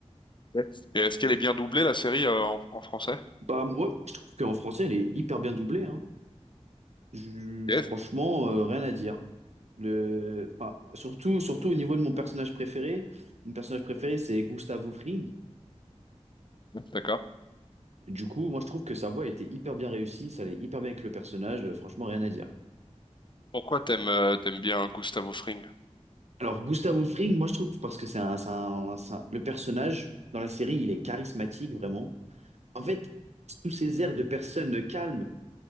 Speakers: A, on the left (about 40°); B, on the right (about 70°).
A: Ouais. Et est-ce qu'elle est bien doublée la série euh, en, en français?
B: Bah moi, je trouve qu'en français, elle est hyper bien doublée, hein. Je-
A: Yes.
B: franchement, euh, rien à dire. Le, enfin, surtout, surtout au niveau de mon personnage préféré. Mon personnage préféré, c'est Gustavo Fring.
A: D'accord.
B: Du coup, moi, je trouve que sa voix était hyper bien réussie. Ça allait hyper bien avec le personnage. Euh, Franchement, rien à dire.
A: Pourquoi t'aimes euh, t'aimes bien Gustavo Fring?
B: Alors, Gustavo Fring, moi, je trouve parce que c'est un, c'est un- c'est un- le personnage dans la série, il est charismatique, vraiment. En fait, sous ces airs de personnes calmes